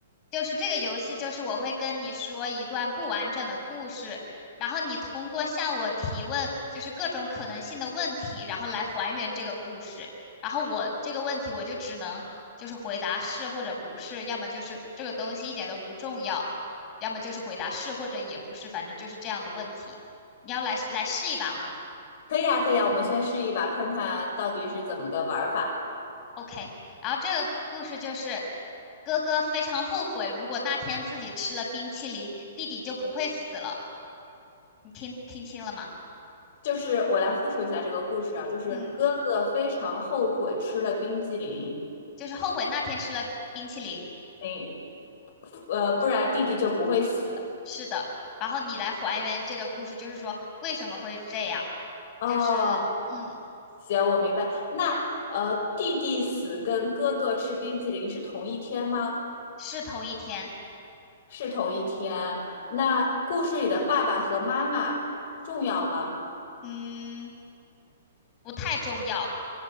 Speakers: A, on the left (about 35°); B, on the left (about 55°).
A: 就是这个游戏，就是我会跟你说一段不完整的故事，然后你通过向我提问，就是各种可能性的问题，然后来还原这个故事。然后我这个问题，我就只能就是回答是或者不是，要么就是这个东西一点都不重要，要么就是回答是或者也不是，反正就是这样的问题。你要来来试一把吗？
B: 可以呀，可以呀，我们先试一把，看看到底是怎么个玩儿法。
A: OK，然后这个故事就是哥哥非常后悔，如果那天自己吃了冰淇淋，弟弟就不会死了。你听听清了吗？
B: 就是我来复述一下这个故事啊，就是哥哥非常后悔吃了冰激凌，
A: 嗯，就是后悔那天吃了冰淇淋。
B: 嗯，呃，不然弟弟就不会死。
A: 是的，然后你来还原这个故事，就是说为什么会这样？
B: 哦，
A: 就是嗯，
B: 我明白。那呃，弟弟死跟哥哥吃冰激凌是同一天吗？
A: 是同一天，
B: 是同一天。那故事里的爸爸和妈妈重要吗？
A: 嗯，不太重要，